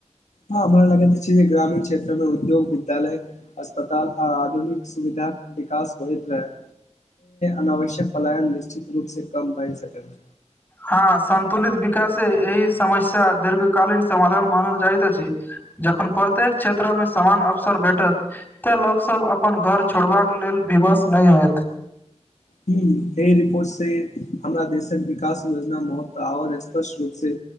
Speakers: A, on the left (about 80°); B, on the left (about 15°).
A: हँ हमरा लगैत छै जे ग्रामीण क्षेत्र मे उद्योग विद्यालय अस्पताल आ आधुनिक सुविधाक विकास होइत रहै अनावश्यक पलायन निश्चित रूप से कम बए सकत
B: हँ सन्तुलित विकशे एहि समस्या दीर्घ कालीन समाधान मानल जाइतइत अछि। जखन प्रत्येक क्षेत्र मे समान अवसर भेटत ते लोकोग सब अपन घर छोड़बा लेल विवश नय होयत।
A: ह एहि रिपोर्टसँ हमरा देशक विकास योजना महत्व आओर स्पष्ट रूप से